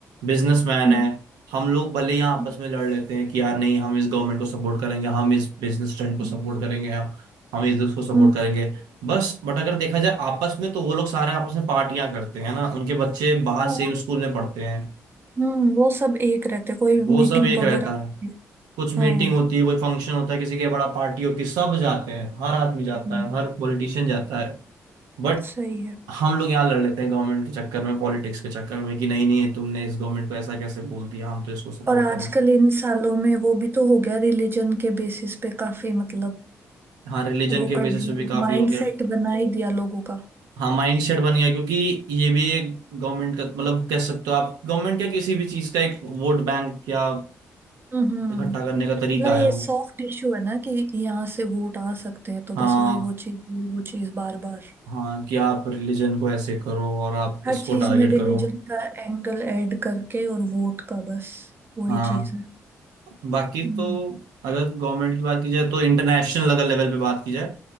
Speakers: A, on the right; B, on the right.
A: बिजनेसमैन
B: हम्म
A: हैं हम लोग भले ही यहाँ
B: हम्म,
A: आपस में लड़ लेते हैं कि यार नहीं हम इस गवर्नमेंट को सपोर्ट करेंगे हम इस बिजनेस ट्रेंड
B: हम्म,
A: को सपोर्ट करेंगे हम हम इस को सपोर्ट
B: हम्म,
A: करेंगे बस बट अगर देखा जाए आपस में तो वो लोग सारे आपस में पार्टियां करते हैं ना उनके बच्चे बाहर
B: हाँ, वो
A: सेम स्कूल में पढ़ते हैं
B: हम्म, वो सब एक रहते कोई
A: वो
B: मीटिंग
A: सब एक
B: वगैरह
A: रहता
B: नहीं
A: है
B: है।
A: कुछ मीटिंग
B: हाँ
A: होती है कोई फंक्शन होता है किसी के बड़ा पार्टी होती है सब जाते हैं हर आदमी जाता
B: हम्म,
A: है हर पॉलिटिशियन जाता है बट
B: सही है
A: हम लोग यहाँ लड़ लेते हैं गवर्नमेंट के चक्कर में पॉलिटिक्स के चक्कर में कि नहीं नहीं तुमने इस गवर्नमेंट को ऐसा कैसे बोल दिया हम तो इसको सपोर्ट
B: और आजकल
A: करेंगे
B: इन सालों में वो भी तो हो गया रिलीजन के बेसिस पे काफी मतलब
A: हाँ रिलीजन
B: वो
A: के
B: कर
A: बेसिस
B: दिया
A: पे भी काफी
B: माइंडसेट
A: हो गया
B: बना ही दिया लोगों का
A: हाँ माइंड सेट बन गया क्योंकि ये भी एक गवर्नमेंट का मतलब कह सकते हो आप गवर्नमेंट या किसी भी चीज का एक वोट बैंक या
B: हम्म हम्म।
A: इकट्ठा करने का तरीका
B: मतलब ये
A: है वो
B: सॉफ्ट इशू है ना कि यहाँ से वोट आ सकते हैं तो
A: हाँ
B: बस वही वो चीज वही वो चीज बार बार
A: हाँ कि आप रिलीजन को ऐसे करो और आप
B: हर
A: इसको
B: चीज
A: टारगेट
B: में रिलीजन
A: करो
B: का एंगल ऐड करके और वोट का बस वही
A: हाँ
B: चीज है
A: बाकी
B: हम्म।
A: तो अगर गवर्नमेंट की बात की जाए तो इंटरनेशनल अगर लेवल पे बात की जाए